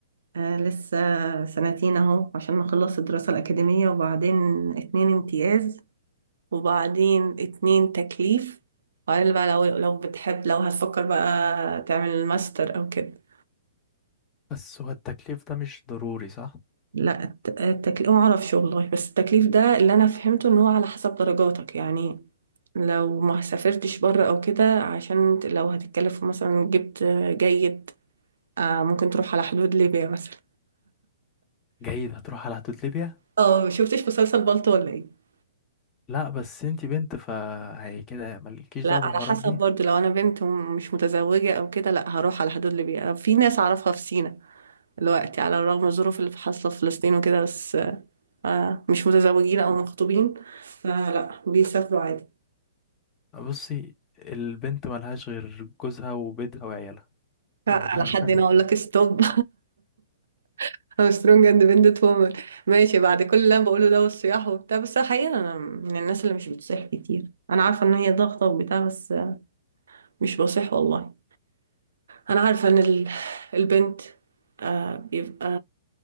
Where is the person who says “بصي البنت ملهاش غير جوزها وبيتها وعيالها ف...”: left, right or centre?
Left